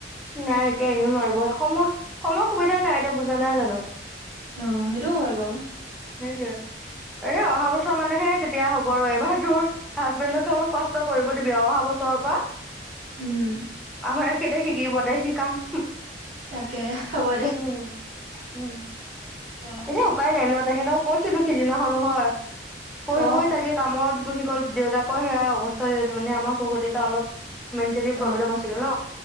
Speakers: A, in the centre; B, on the right.
A: নাই এতিয়া এনেও নোৱাৰিব সেই সময় সময় সুবিধা নাই এতিয়া বুজা নাই জানো।
B: অ সেইটো হয় বাৰু
A: সেইটোৱে তাকে অহা বছৰ মানেহে তেতিয়া হ'ব আৰু এবাৰ তোৰ হাজবেণ্ডক অলপ কষ্ট কৰিব দিবি অহা বছৰৰ পৰা
B: উম।
A: আমাৰ একেতে শিকিব দে শিকাম
B: তাকে হ'ব দে
A: উম উম
B: অ
A: এতিয়া উপায় নাই ন তেখেতক কৈছিলো সিদিনাখনো হয়। পঢ়ি
B: অ
A: পঢ়ি তাকে কামত গুচি গ'ল দেউতাকৰ সেয়া অৱস্থা মানে আমাৰ শহু দেউতা অলপ- মেণ্টেলি
B: অ
A: প্ৰব্লেম আছিল ন।